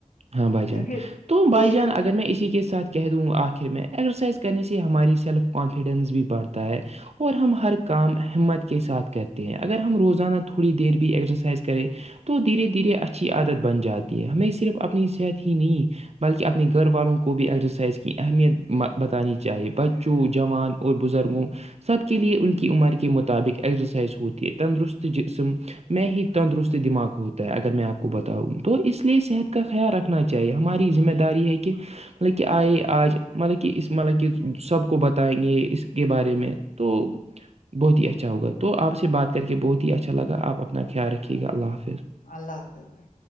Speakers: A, on the right (about 55°); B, on the left (about 80°).
A: ہاں بھائی جان
B: کیونکہ
A: تو بھائی
B: تیل
A: جان اگر میں اسی کے ساتھ کہہ دوں آخر میں ایکسرسائز کرنے سے ہماری سیلف کانفیڈینس بھی بڑھتا ہے اور ہم ہر کام ہمت کے ساتھ کرتے ہیں اگر ہم روزانہ تھوڑی دیر بھی ایسرسائز کریں تو دھیرے دھیرے اچھی عادت بن جاتی ہے ہمیں صرف اپنی صحت ہی نہیں بلکہ اپنے گھر والوں کو بھی ایزرسائز کی اہمیت بتانی چاہیے بچوں جوان اور بزرگوں سب کے لیے ان کی عمر کے مطابق ایکزرسائز ہوتی ہے تندرست جسم میں ہی تندرست دماغ کو ہوتا ہے اگر میں آپ کو بتاؤں تو اس لیے صحت کا خیال رکھنا چاہیے ہماری ذمہ داری ہے کہ مطلب کہ آئے آج مطلب کہ اس مطلب کہ سب کو بتائیں گے اس کے بارے میں تو بہت ہی اچھا ہوگا تو آپ سے بات کر کے بہت ہی اچھا لگا آپ اپنا خیال رکھیے گا اللہ حافظ
B: اللہ حافظ بھائی